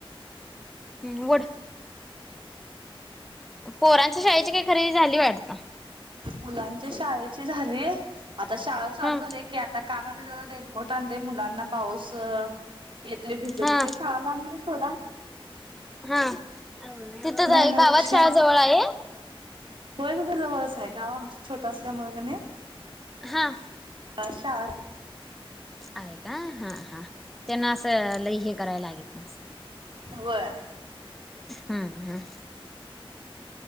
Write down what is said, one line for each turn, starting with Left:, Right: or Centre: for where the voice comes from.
Centre: <inaudible> पोरांच्या शाळेची काही खरेदी झाली वाटत
Right: मुलांच्या शाळेची झालीय आता शाळा चालू
Centre: हम्म
Right: झाली की आता कालाने जरा रेनकोट आण मुलांना पाऊस येते भिजत
Centre: हा
Right: शाळालां <inaudible>
Centre: हा तिथं आहे
Right: येण्यापेक्षा
Centre: गावात शाळा जवळ आहे
Right: होय तसं जवळच आहे गाव आमचं मुळं कनी
Centre: हा.
Right: अशाच
Centre: का हा हा त्यांना असं लई हे करायला लागितल नां
Right: होय
Centre: हम्म हम्म.